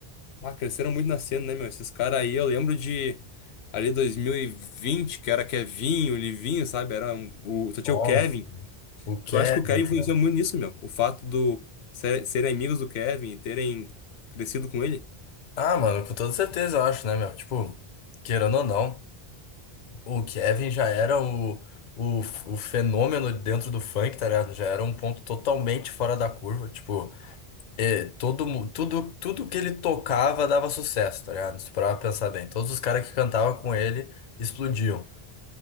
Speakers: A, on the left; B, on the left.
A: Ah, cresceram muito na cena, né, meu? Esses caras aí, eu lembro de ali 2020, que era Kevinho, Livinho, sabe? Era um- o, só tinha
B: Nossa.
A: o Kevin.
B: O Kevin,
A: Tu acha que o Kevin influenciou
B: cara.
A: muito nisso, meu? O fato do ser, serem amigos do Kevin e terem crescido com ele?
B: Ah, mano, com toda certeza, eu acho, né, meu? Tipo, querendo ou não, o Kevin já era o, o, o fenômeno dentro do funk, tá ligado? Já era um ponto totalmente fora da curva. Tipo, é, todo, mu- tudo, tudo que ele tocava dava sucesso, tá ligado? Se tu parar pra pensar bem. Todos os caras que cantavam com ele explodiam.